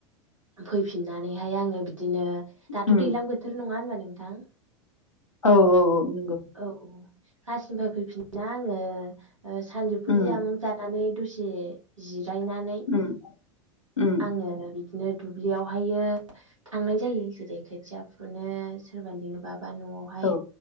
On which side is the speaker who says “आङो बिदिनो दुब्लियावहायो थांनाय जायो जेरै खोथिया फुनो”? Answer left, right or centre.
Right